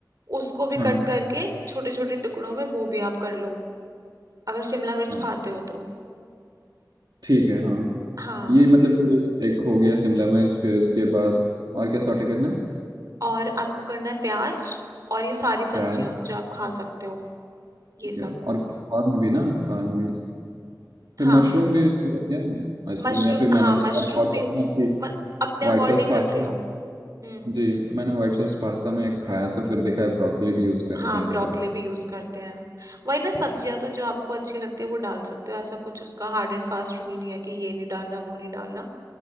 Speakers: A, on the right; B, on the right.
A: उसको भी
B: हाँ
A: कट करके छोटे छोटे टुकड़ों में वो भी आप कर लो अगर शिमला मिर्च
B: हाँ
A: खाते हो तो
B: ठीक है हाँ
A: हाँ
B: ये मतलब कि एक हो गया शिमला मिर्च फिर उसके बाद और क्या सॉटे करना है
A: और आपको करना है प्याज और ये सारी
B: प्याज
A: सब्जियां जो आप खा सकते हो ये
B: ठीक
A: सब
B: है। और कॉर्न भी ना कॉर्न भी फिर
A: हाँ
B: मशरूम भी तो है क्या मशरूम
A: मशरूम
B: या फिर मैंने
A: हाँ
B: देखा
A: मशरूम
B: बहुत
A: भी म,
B: ना कि
A: अपने
B: व्हाइट
A: अकॉर्डिंग
B: सॉस पास्ता
A: रख लो हम्म
B: जी मैंने व्हाइट सॉस पास्ता में खाया तो फिर देखा है ब्रोकली भी यूज करते
A: हाँ
B: हैं
A: ब्रोकली
B: सर
A: भी यूज करते हैं वही ना सब्जियां तो जो आपको अच्छी लगती है वो डाल सकते हो ऐसा कुछ उसका हार्ड एंड फास्ट रूल नहीं है कि ये नहीं डालना वो नहीं डालना